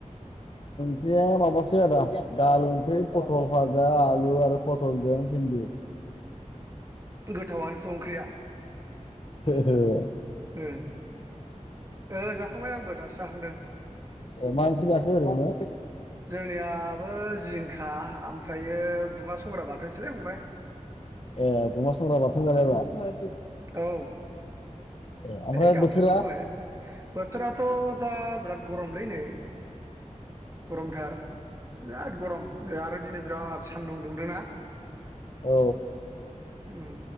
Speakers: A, on the left; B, on the right.
A: ओंख्रिया माबासो आदा दालि ओंख्रि पटल भाजा आलु आरो पटलजों भिन्दि। <inaudible>
B: गोथावानोथ' ओंख्रिया
A: औ
B: ओ ओ जाखांबाय आंबो दासो जाखांदों।
A: ए मा ओंख्रि जाखो ओरैनो
B: जोंनियाबो जिंखा खा ओमफ्रायो गुमा संग्रा बाथोनसोलै फंबाय।
A: ए गुमा संग्रा बाथोन जालायबाय
B: औ ओ
A: ए ओमफ्राय
B: गाबनायखौ
A: बोथोरा
B: दहाय बोथोराथ' दा बिराद गरमलै नै गरमथार बिराद गरम आरो दिनै बिराद सानदुं दुंदोंना
A: औ
B: उम